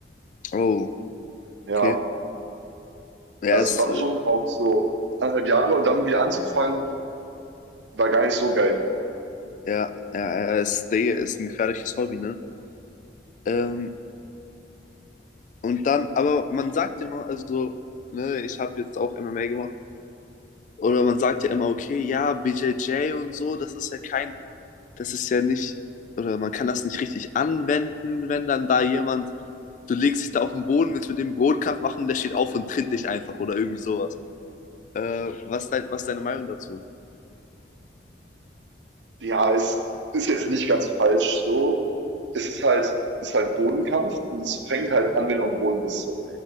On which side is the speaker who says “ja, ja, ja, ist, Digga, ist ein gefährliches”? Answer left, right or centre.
Left